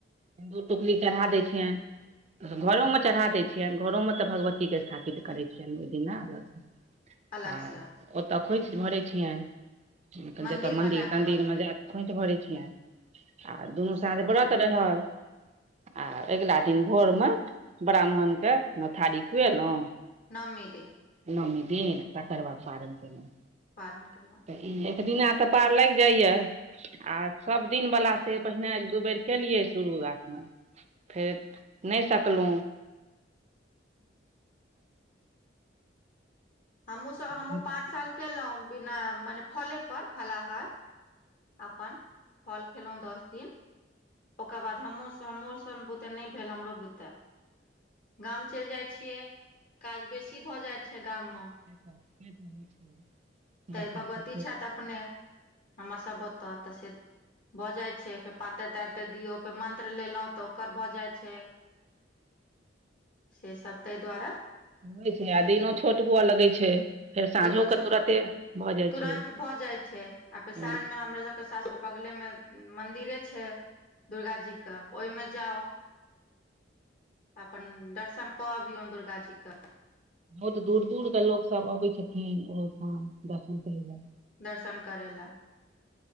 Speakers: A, on the right; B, on the left.
A: सिन्दूर टुकली चढ़ा दै छियनि घरोमे चढ़ा दै छियनि घरोमे तऽ भगवतीके स्थापित करै छियनि ओहि दिना अलग सँ
B: अलग
A: आ
B: से
A: ओतय खोइच भरैत छियनि मतलब
B: मंदिर
A: जतय
B: मे
A: मन्दिर
B: जाकऽ
A: तन्दिर मे जा क खोंच भरे छियै आ दुनू
B: से
A: सांक्ष
B: प-
A: व्रत रहल आ अगिला दिन भोर मे ब्राह्मण के नोथारी खुएलहु
B: नवमी दिन
A: नओमी दिन तकर वाद पारन केनो
B: पारन केलो
A: तऽ ई एक दिना तऽ पार लागि जाइया आ सभ दिन बला से पहिने एक दू बेर केलियै शुरूआात मे फेर नहि सकलहु
B: हमहु सब हमहुँ
A: भगवती
B: पाँच साल केलहुँं बिना मने फले पर फलाहार अपन फल खेलहुँं दस दिन ओकर बाद हमो सन हमो सब बुते नहि भेल हमरो बुते गाम चलि जाइ छियै काज बेसी भऽ जाइ छै गाम मे
A: <inaudible> बच्चा
B: तऽ भगवती
A: छै
B: छथि अपने हमर सभ ओतऽ तऽ से भऽ जाइ छै फेर पातरि तारते दियौ फेर मन्त्र लेलहुँ तऽ ओकर भऽ जाइ छै
A: <inaudible>
B: से सब ताहि दुआरे
A: हो छै आ दिनो छोट हुअ लगै छै फेर साँझोके
B: दिनो छोट
A: तुरते भऽ जाइ
B: तुरन्त
A: छै
B: भऽ जाइ छै
A: तुरन्त
B: साँझ मे हमरा सबके सासुर बगले मे मंदिरे छै दुर्गा जी के ओहिमे जाउ त अपन दर्शन कऽ अबियौ दुर्गा जी क
A: बहुत दूर दूरके लोकसभ अबै छथिन ओहोठाम दर्शन करय ल
B: दर्शन करै लए